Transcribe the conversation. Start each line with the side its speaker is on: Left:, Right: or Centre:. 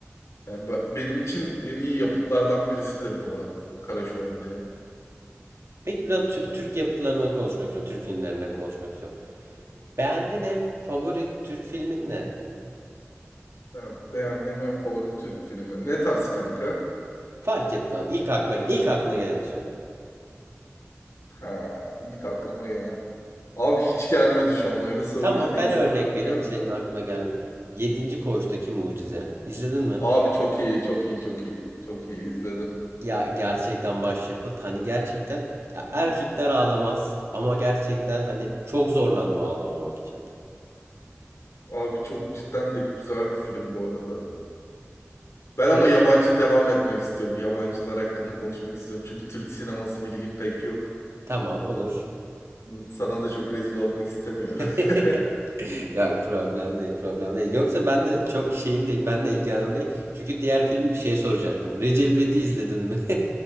Left: yani be- benim için en iyi yapıtlardan birisidir bu arada Kara Şövalye.
Right: Peki biraz Türk
Left: Hı hı.
Right: Türk yapıtlarına konuşmak istiyorum. Türk filmlerine konuşmak istiyorum. Beğendiğin en favori Türk filmin ne?
Left: Yani beğendiğim en favori Türk filmi. Ne tarz kanka?
Right: Fark etmez. İlk akla ilk aklına geleni söyle.
Left: Ha, ilk aklıma gelen. Abi hiç gelmedi şu an. Öyle sorunca
Right: Tamam
Left: da
Right: ben
Left: insanın
Right: örnek
Left: aklına
Right: vereyim
Left: gelmiyor.
Right: senin aklına gelmiyor. Yedinci Koğuştaki Mucize. İzledin mi?
Left: Abi çok iyi, çok iyi, çok iyi. Çok iyi izledim.
Right: Ya gerçekten başyapıt. Hani gerçekten ya
Left: Hı,
Right: erkekler ağlamaz ama gerçekten
Left: hı.
Right: hani çok zorlandım ağlamamak için.
Left: Abi çok cidden de güzel bir film bu arada. Ben ama
Right: Hayır.
Left: yabancı devam etmek istiyorum. Yabancılar hakkında konuşmak istiyorum. Çünkü Türk sineması bilgim pek yok.
Right: Tamam olur.
Left: Hı, Sana da çok rezil olmak istemiyorum.
Right: <laughs>
Left: <laughs>
Right: Ya problem değil, problem değil. Yoksa ben de çok şeyim değil, ben de ilgilenim değil. Çünkü diğer film bir şey soracaktım. Recep İvedik'i izledin mi?